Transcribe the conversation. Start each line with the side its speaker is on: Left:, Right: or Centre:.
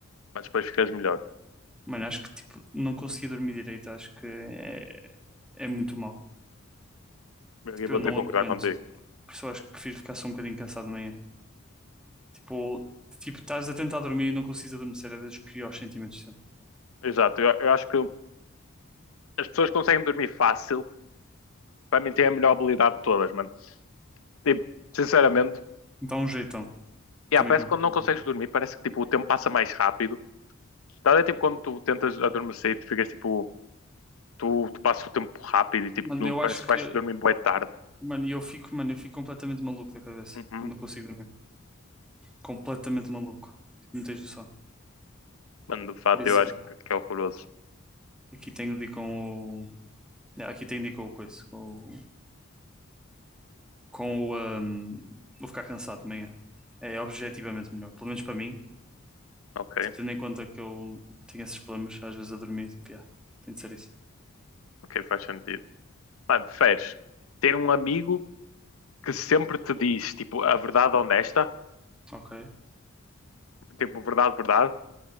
Left: Mas depois ficas melhor.
Centre: Mano, acho que, tipo, não consegui dormir direito, acho que é, é muito mal.
Left: Eu aqui
Centre: Tipo,
Left: vou
Centre: eu não
Left: ter que
Centre: aguento.
Left: concordar contigo.
Centre: Por isso eu acho que prefiro ficar só um bocadinho cansado de manhã. Tipo, tipo, estás a tentar dormir e não consegues adormecer, é dos piores sentimentos sempre.
Left: Exato, eu, eu acho que as pessoas que conseguem dormir fácil, para mim, têm a melhor habilidade de todas, mano. Tipo, sinceramente,
Centre: Então, um jeitão.
Left: yeah,
Centre: Também
Left: parece
Centre: concordo.
Left: que quando não consegues dormir, parece que, tipo, o tempo passa mais rápido. Tá a ver, tipo, quando tu tentas adormecer e tu ficas, tipo... Tu, tu passas o tempo rápido e tipo,
Centre: Mano,
Left: não,
Centre: eu
Left: parece
Centre: acho
Left: que vais
Centre: que. eu-
Left: dormir bué tarde.
Centre: Mano, eu fico, mano, eu fico completamente maluco da cabeça
Left: Uhum.
Centre: quando não consigo dormir. Completamente maluco. Tipo, Não tens noção.
Left: Mano, de fato,
Centre: Por isso
Left: eu acho
Centre: é.
Left: que é horroroso.
Centre: Aqui tenho de ir com o. é, aqui tenho de ir com o coisa. Com o. Com o, ahm, vou ficar cansado de manhã. É objetivamente melhor. Pelo menos para mim.
Left: Ok,
Centre: Tipo, tendo em conta que eu tenho esses problemas às vezes a dormir. Tipo, yeah, tem de ser isso.
Left: ok, faz sentido. Mano, preferes ter um amigo que sempre te diz, tipo, a verdade honesta,
Centre: Ok.
Left: tipo, verdade, verdade,